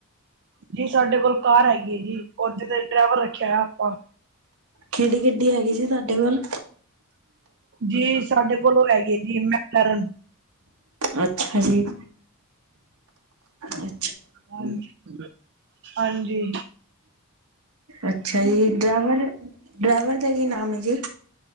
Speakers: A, on the right (about 55°); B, on the right (about 70°).
A: ਜੀ ਸਾਡੇ ਕੋਲ ਕਾਰ ਹੈਗੀ ਐ ਜੀ, ਉੰਜ ਤੇ ਡਰੈਵਰ ਰੱਖਿਆ ਹੋਇਆ ਆਪਾਂ।
B: ਕਿਹੜੀ ਗੱਡੀ ਹੈਗੀ ਜੀ ਤੁਹਾਡੇ ਕੋਲ?
A: ਜੀ ਸਾਡੇ ਕੋਲੋ ਉਹ ਹੈਗੀ ਐ ਜੀ ਮੈਕਲੈਰਨ।
B: ਅੱਛਾ ਜੀ, ਅੱ
A: ਹਾਜ ਹਾਂਜੀ।
B: ਅੱਛਾ ਜੀ, ਡਰੈਵਰ-ਡਰੈਵਰ ਦਾ ਕੀ ਨਾਮ ਐ ਜੀ?